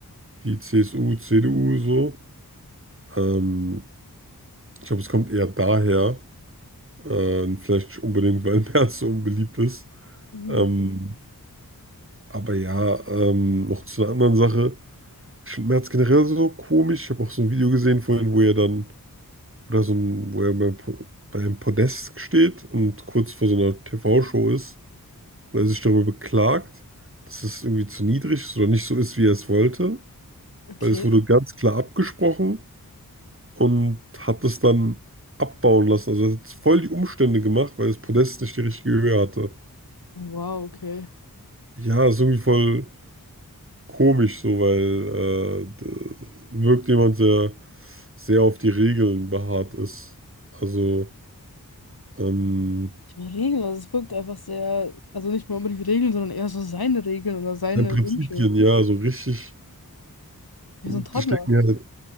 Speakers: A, on the right; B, on the left.
A: Die CSU, CDU, so. Ähm, ich glaube, es kommt eher daher. Äh, vielleicht nicht unbedingt, weil <laughs> Merz so unbeliebt ist.
B: Mhm.
A: Ähm, aber ja, ähm, noch zu einer anderen Sache. Ich finde Merz generell so komisch. Ich habe auch so ein Video gesehen vorhin, wo er dann Oder so ein, wo er bei, Po- bei einem Podest steht und kurz vor so einer TV-Show ist und er sich darüber beklagt, dass es irgendwie zu niedrig ist oder nicht so ist, wie er es wollte.
B: Okay.
A: Weil es wurde ganz klar abgesprochen und hat es dann abbauen lassen. Also er hat voll die Umstände gemacht, weil das Podest nicht die richtige Höhe hatte.
B: Wow, okay.
A: Ja, ist irgendwie voll komisch so, weil äh, d- wirkt jemand, der sehr auf die Regeln beharrt ist. Also, ähm,
B: Die Regeln, also es wirkt einfach sehr, also nicht mal unbedingt Regeln, sondern eher so seine Regeln oder seine
A: An Prinzipien,
B: Wünsche.
A: ja, so richtig.
B: Wie
A: Und
B: so ein Toddler.
A: ich denke mir halt,